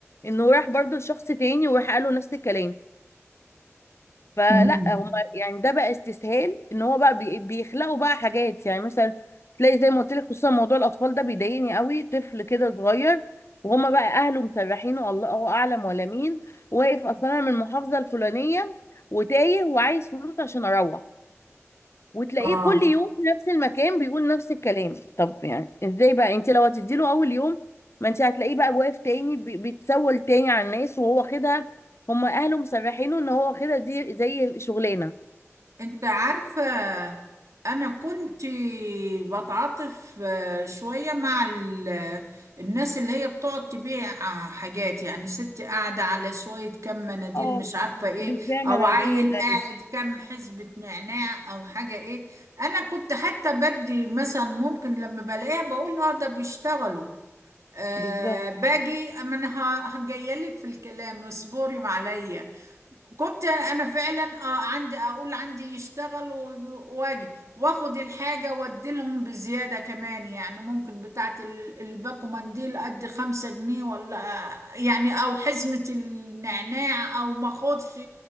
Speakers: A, on the left; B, on the right.
A: انه راح برضو لشخص تاني وراح قال له نفس الكلام فلا
B: مم.
A: هم يعني ده بقى استسهال ان هو بقى بي- بيخلقوا بقى حاجات يعني مثلا تلاقي زي ما قلت لك خصوصا موضوع الاطفال ده بيضايقني قوي طفل كده صغير وهما بقى اهله مسرحينه الله اعلم ولا مين واقف اصلا أنا من المحافظه الفلانيه وتايه وعايز فلوس عشان اروح وتلاقيه
B: آه
A: كل يوم في نفس المكان بيقول نفس الكلام طب يعني ازاي بقى انت لو هتديله اول يوم ما انت هتلاقيه بقى واقف تاني بي- بيتسول تاني على الناس وهو واخدها هم اهله مسرحينه ان هو واخدها دي زي شغلانه
B: انت عارفة انا كنت بتعاطف آه، شوية مع ال- الناس اللي هي بتقعد تبيع آه، حاجات يعني ست قاعدة على شوية كم مناديل
A: اه
B: مش عارفة ايه
A: بتبيع
B: او
A: مناديل
B: عيل قاعد
A: أيوة،
B: كم حزبة نعناع او حاجة ايه انا كنت حتى بدي مثلا ممكن لما بلاقيها بقول اه ده بيشتغلوا آه
A: بالظبط
B: باجي اما انا جايه لك في الكلام اصبري معايا كنت انا فعلا اه عندي اقول عندي يشتغل وي- واجي واخد الحاجه وادي لهم بزياده كمان يعني ممكن بتاعت ال- الباكو منديل ادي خمسة جنيه ولا يعني او حزمه النعناع او ما اخدش